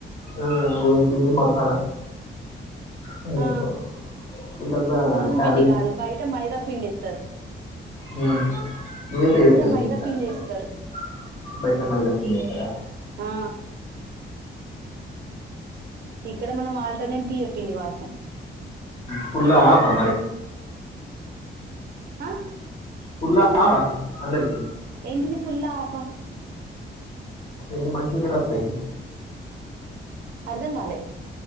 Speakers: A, on the left; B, on the right.
A: ఆ శనగ పిండి, మసాలా. అన్నీ
B: ఆ
A: వేస్తారు ఇంతంతా
B: గోధుమ
A: క్యాబేజీ
B: పిండి కాదు బయట మైదా పిండి ఇస్తారు.
A: హ మీవతే అతే ఎన్నికా
B: మైదా పిండి
A: <unintelligible>
B: వేస్తారు
A: బయట మైదాపిండే కదా?
B: ఆ ఇక్కడ మనం ఆల్టర్నేట్ బియ్యంపిండి వాడతాం.
A: ఫుల్ ఆఫా మరి.
B: ఆ
A: ఫుల్ హాఫా అందరికి
B: ఏంటివి ఫుల్ ఆఫా
A: ఎన్ని మంచూరియాలు వస్తాయి.
B: అర్ధన్ కాాలే